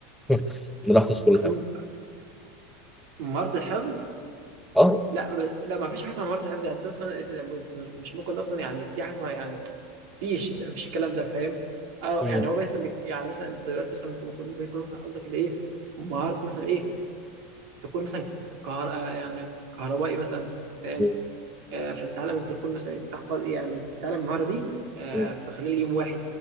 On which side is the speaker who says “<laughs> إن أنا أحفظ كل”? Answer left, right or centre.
Centre